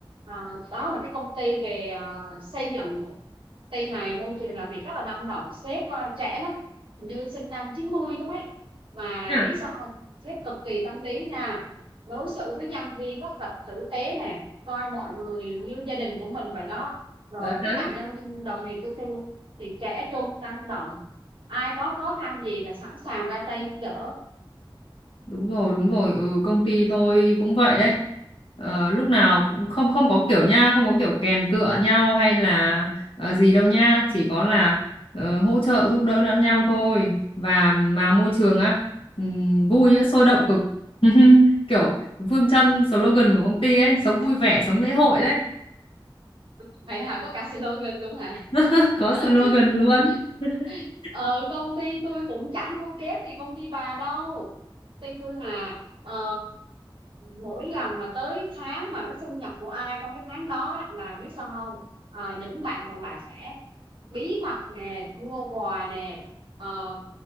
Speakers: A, on the right; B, on the left.
A: Ờ, đó là cái công ty về ờ, xây dựng Tây này môi trường làm việc rất là năng động sếp ờ, trẻ lắm hình như sinh năm 90 lắm ấy mà
B: à,
A: biết sao không sếp cực kỳ tâm lý nha đối xử với nhân viên rất là tử tế nè coi mọi người như gia đình của mình vậy đó rồi
B: đấy đấy
A: các bạn nhân đồng nghiệp của tôi thì trẻ trung năng động ai có khó khăn gì là sẵn sàng ra tay giúp đỡ
B: đúng rồi đúng rồi ừ, công ty tôi cũng vậy đấy Ờ, lúc nào cũng không không có kiểu nha không có kiểu kèn cựa nhau hay là ờ, gì đâu nha chỉ có là ờ, hỗ trợ giúp đỡ lẫn nhau thôi và mà môi trường á ừm, vui á, sôi động cực <laughs> kiểu phương châm slogan của công ty ấy sống vui vẻ sống lễ hội đấy
A: vậy hả có cả slogan luôn hả
B: <laughs> có slogan
A: <laughs>
B: luôn <laughs>
A: ờ công ty tôi cũng chẳng thua kém gì công ty bà đâu công ty tôi mà ờ, mỗi lần mà tới tháng mà cái sinh nhật của ai trong cái tháng đó á, là biết sao không Ờ, những bạn còn lại sẽ bí mật nè mua quà nè ờ,